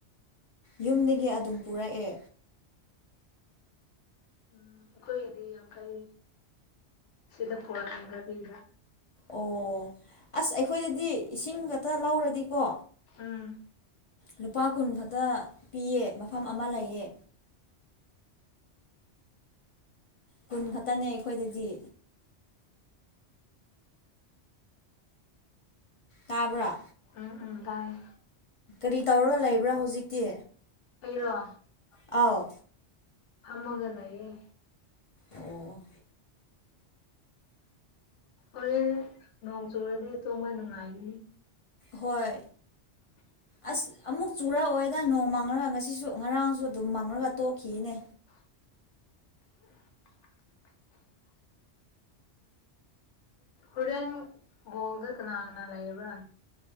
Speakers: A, on the left (about 45°); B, on the left (about 90°).
A: ꯌꯨꯝꯗꯒꯤ ꯑꯗꯨꯝ ꯄꯨꯔꯛꯑꯦ
B: ꯎꯝ ꯑꯩꯈꯣꯏꯒꯤꯗꯤ ꯌꯥꯡꯈꯩ ꯁꯤꯗ ꯄꯨꯔꯛꯅꯤꯒꯔꯤꯗ
A: ꯑꯣ ꯑꯁ ꯑꯩꯈꯣꯏꯗꯗꯤ ꯏꯁꯤꯡ ꯈꯛꯇ ꯂꯧꯔꯗꯤꯀꯣ
B: ꯑꯝ
A: ꯂꯨꯄꯥ ꯀꯨꯟ ꯈꯛꯇ ꯄꯤꯌꯦ ꯃꯐꯝ ꯑꯃ ꯂꯩꯌꯦ ꯀꯨꯟ ꯈꯛꯇꯅꯦ ꯑꯩꯈꯣꯏꯗꯒꯤ ꯇꯥꯕ꯭ꯔꯥ
B: ꯎꯝ ꯎꯝ ꯇꯥꯏ
A: ꯀꯔꯤ ꯇꯧꯔꯒ ꯂꯩꯕ꯭ꯔꯥ ꯍꯧꯖꯤꯛꯇꯤ
B: ꯑꯩꯔꯣ
A: ꯑꯥꯎ
B: ꯑꯃꯒ ꯂꯌꯦꯦ
A: ꯑꯣ
B: ꯍꯣꯔꯦꯟ ꯅꯣꯡ ꯆꯨꯔꯗꯤ ꯑꯗꯨꯣ ꯃꯣꯏ ꯅꯨꯡꯉꯥꯏꯈꯤꯅꯤ
A: ꯍꯣꯏ
B: <inaudible>
A: ꯑꯁ ꯑꯃꯨꯛ ꯆꯨꯔꯛꯑꯣꯏꯗ ꯅꯣꯡ ꯃꯪꯉꯒ ꯉꯁꯤꯁꯨ ꯉꯔꯥꯡꯁꯨ ꯑꯗꯨꯝ ꯃꯪꯉꯒ ꯇꯣꯛꯈꯤꯅꯦ
B: <inaudible> ꯎꯍꯦꯟꯗ ꯀꯅꯥꯉꯅꯥ ꯂꯩ ꯑꯦꯕꯅ